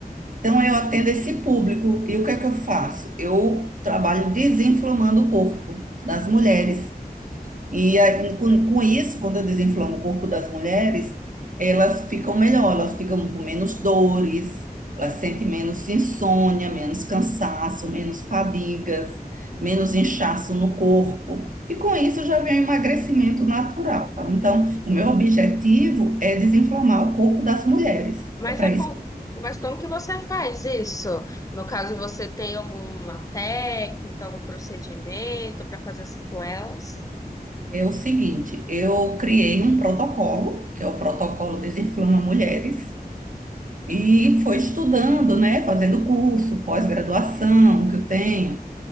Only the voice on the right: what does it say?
Então eu atendo esse público. E o que é que eu faço? Eu trabalho desinflamando o corpo das mulheres. E aí, com, com isso, quando eu desinflamo o corpo das mulheres, elas ficam melhor, elas ficam com menos dores, elas sentem menos insônia, menos cansaço, menos fadigas, menos inchaço no corpo. E com isso já vem o emagrecimento natural. Então, o meu objetivo é desinflamar o corpo das mulheres.
É para
isso que
é o seguinte, eu criei um protocolo, que é o protocolo Desinflama Mulheres, E foi estudando, né? Fazendo curso, pós-graduação que eu tenho.